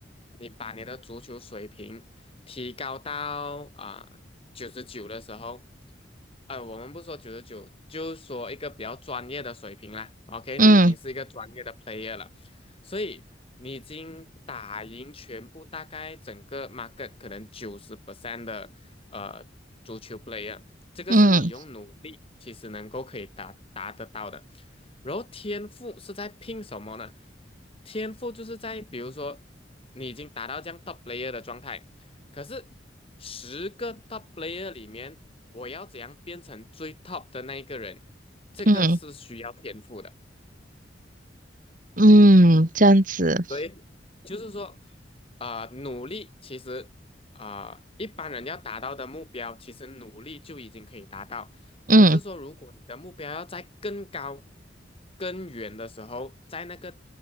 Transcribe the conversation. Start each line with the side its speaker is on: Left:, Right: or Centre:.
Left: 你把你的足球水平提高到啊九十九的时候，呃，我们不说九十九，就说一个比较专业的水平啦。OK，你已经是一个专业的
Right: 嗯
Left: player 了，所以你已经打赢全部大概整个 market 可能九十 percent 的呃足球 player。这个是你用努力其实能够可以达达得到的。
Right: 嗯
Left: 然后天赋是在拼什么呢？天赋就是在比如说你已经达到这样 top player 的状态，可是十个 top player 里面，我要怎样变成最 top 的那一个人？这个是需要天赋的。
Right: 嗯嗯，这样子。
Left: 对，就是说，呃，努力其实，啊、一般人要达到的目标，其实努力就已经可以达到。可是说，
Right: 嗯，
Left: 如果你的目标要在更高、更远的时候，在那个